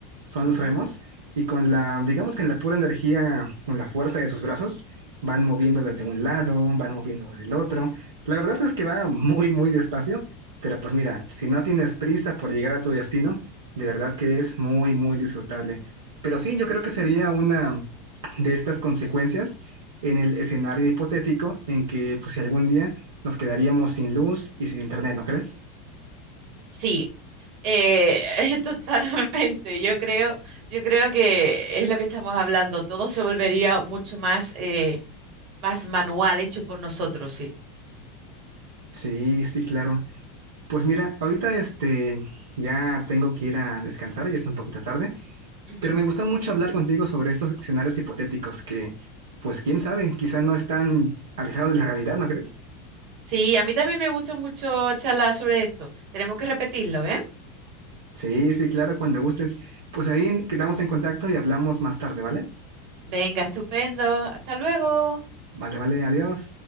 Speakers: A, on the right; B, on the right.
A: Son
B: ujú.
A: los remos y con la, digamos que en la pura energía, con la fuerza de sus brazos, van moviéndola de un lado, van moviéndola del otro. La verdad es que va muy, muy despacio, pero pues mira, si no tienes prisa por llegar a tu destino, de verdad que es muy, muy disfrutable. Pero sí, yo creo que sería una de estas consecuencias en el escenario hipotético en que, pues, si algún día nos quedaríamos sin luz y sin internet, ¿no crees?
B: Sí. Eh, <laughs> totalmente. Yo creo, yo creo que es lo que estamos hablando. Todo se volvería mucho más, eh, más manual, hecho por nosotros, sí.
A: Sí, sí, claro. Pues mira, ahorita este ya tengo que ir a descansar, ya es un poquito tarde,
B: Ujú.
A: pero me gusta mucho hablar contigo sobre estos escenarios hipotéticos que, pues quién sabe, quizá no están alejados de la realidad, ¿no crees?
B: Sí, a mí también me gusta mucho charlar sobre esto. Tenemos que repetirlo, ¿eh?
A: Sí, sí, claro, cuando gustes. Pues ahí quedamos en contacto y hablamos más tarde, ¿vale?
B: Venga, estupendo. Hasta luego.
A: Vale, vale, adiós.